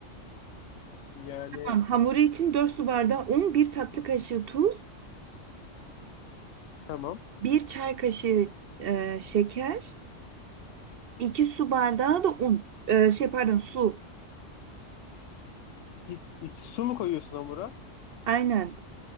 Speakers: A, on the left; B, on the right.
A: Yani
B: Tamam, hamuru için 4 su bardağı un, bir tatlı kaşığı tuz,
A: tamam.
B: bir çay kaşığı e, şeker, 2 su bardağı da un. E, şey pardon su.
A: Hiç git- su mu koyuyorsun hamura?
B: Aynen.